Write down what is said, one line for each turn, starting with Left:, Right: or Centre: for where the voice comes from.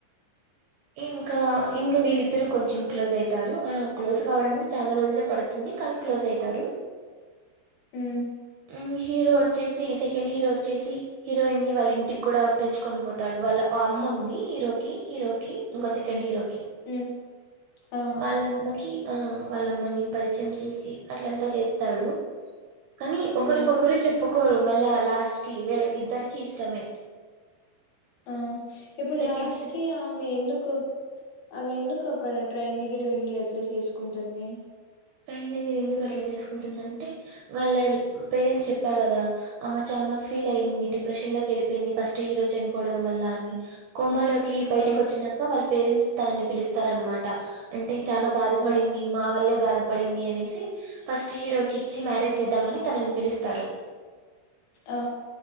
Right: ఇంకా ఇంకా వీళ్ళిద్దరు కొంచెం క్లోజ్ అయితారు ఆ క్లోజ్ కావడానికి చాలా రోజులే పడుతుంది కానీ క్లోజ్ అయితారు
Left: ఉమ్
Right: మ్ హీరో వచ్చేసి సెకండ్ హీరో వచ్చేసి హీరోయిన్ ని వాళ్ల ఇంటికి కూడా పిలుచుకొని పోతాడు వాళ్ల అమ్మ ఉంది హీరోకి హీరో కి ఇంకొ సెకండ్ హీరో
Left: ఉమ్ ఆ
Right: వాళ్ళమ్మకి ఆ వాళ్ళమ్మని పరిచయం చేసి అట్లంతా చేస్తాడు కానీ ఒకరికొకరు
Left: ఉమ్,
Right: చెప్పు కోరు మళ్ల లాస్ట్ కి వీళ్ల ఇద్దరికి ఇష్టమే
Left: ఆ ఇప్పుడు
Right: సెకండ్
Left: లాస్ట్
Right: హీరో
Left: కి ఆమె ఎందుకు కు ఆమె ఎందుకు అక్కడ ట్రైన్ దగ్గర వెళ్లి అట్లా చేసుకుంటుంది
Right: ట్రైన్ దగ్గర ఎందుకు అట్లా చేసుకుంటుందంటే వాళ్ల పేరెంట్స్ చెప్పా కదా ఆమె చానా ఫీల్ అయింది డిప్రెషన్ లోకి వెళ్ళిపోయింది ఫస్ట్ హీరో చనిపోవడం వల్ల అని కొమాలో కి బయటకి
Left: ఆ
Right: వచ్చినాక వాళ్ల పేరెంట్స్ తనని పిలుస్తారు అన్నమాట అంటే చానా బాధపడింది
Left: ఆ
Right: మా వల్లే బాధప పడింది అనేసి ఫస్ట్ హీరోకి ఇచ్చి మ్యారేజ్ చేద్దామని తనని పిలుస్తారు
Left: ఆ